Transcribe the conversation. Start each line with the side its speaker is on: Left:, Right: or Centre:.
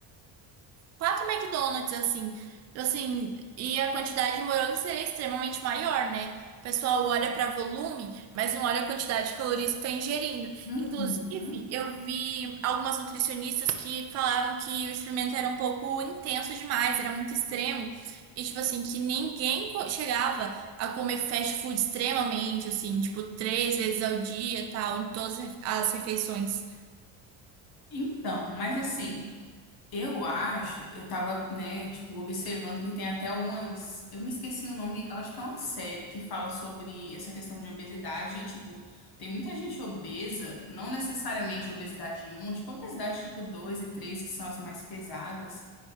Right: quatro McDonald's, assim. Assim, e a quantidade de morango seria extremamente maior, né? O pessoal olha para volume, mas não olha a quantidade de calorias que está ingerindo.
Left: Uhum.
Right: Inclusive, eu vi algumas nutricionistas que falavam que o experimento era um pouco intenso demais, era muito extremo. E, tipo assim, que ninguém co- chegava a comer fast food extremamente, assim, tipo, três vezes ao dia e tal, em todas as refeições.
Left: Então, mas assim. Eu acho, eu tava, né, tipo, observando que tem até algumas. Eu me esqueci o nome, eu acho que é uma série que fala sobre essa questão de obesidade e, tipo, tem muita gente obesa, não necessariamente obesidade um, tipo, obesidade tipo 2 e 3 que são as mais pesadas